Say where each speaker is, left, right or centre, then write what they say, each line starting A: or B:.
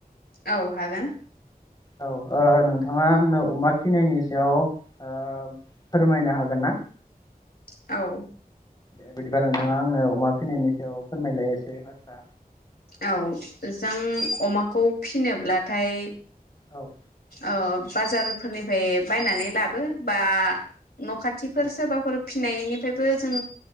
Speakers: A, on the left; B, on the left.
A: औ हागोन
B: औ ओ नोंथाङा आंनो अमा फिसिनायनि सायाव ओ फोरमायनो हागोन ना
A: औ
B: दे बिदिबा नोंथाङा आंनो अमा फिनायनि सायाव फोरमायलाय एसे बाथ्रा
A: औ जों अमाखौ फिनोब्लाथाय
B: औ
A: औ बाजारफोरनिफ्राय बायनानै लाबो बा न' खाथिफोर
B: औ
A: सोरबाफोर फिनायनिफ्रायबो जों